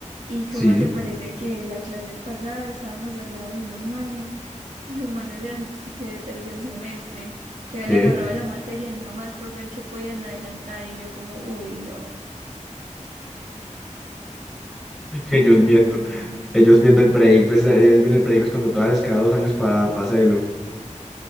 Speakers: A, on the right; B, in the centre.
A: ¿Y
B: Sí,
A: cómo te parece que la clase pasada estábamos al lado de unos manes y los manes grandes que quedé de tercer semestre, que habían
B: ¿qué?
A: agarrado la materia nada más por ver qué podían adelantar y yo como, uy, no,
B: <laughs>
A: no,
B: Ellos viendo,
A: no, no, no.
B: ellos viendo el pre ellos viendo el pre cuando todavía les queda dos años para hacerlo.